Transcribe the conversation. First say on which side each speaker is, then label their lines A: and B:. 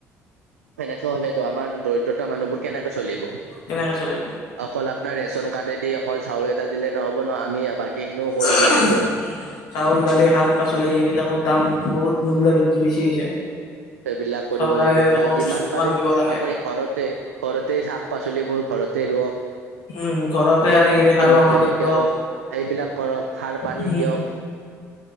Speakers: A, on the right (about 85°); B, on the left (about 60°).
A: সেনেকে হলে আমাৰ দৰিদ্ৰতা মানুহবোৰ কেনে চলিব।
B: কেনেকে চলিব।
A: অকল আপোনাৰ ৰেচন কাডে দি অকল চাউল কেইটা দিলে নহ'ব ন, আমি বাকীখিনিও কৰিব
B: <unintelligible>
A: লাগিব
B: চাউল দালি শাক পাচলি এইবিলাকৰ দাম বহুত। মূল্য বৃদ্ধি বেছি হৈছে।
A: সেইবিলাক কৰিব
B: চৰকাৰে
A: লাগিব। খোৱা
B: অলপ
A: যিমান
B: চকু
A: পাৰে
B: কাণ দিব লাগে।
A: আপুনি ঘৰতে ঘৰতে শাক পাচলিবোৰ ঘৰতে ৰোৱক,
B: উম ঘৰতে
A: <inaudible>
B: আজিকালি সাৰুৱা
A: তোমাৰ
B: মাটিত
A: জলকীয়া
B: ৰস
A: ৰুৱক, সেইবিলাক কৰক, সাৰ পানী
B: উম
A: দিয়ক।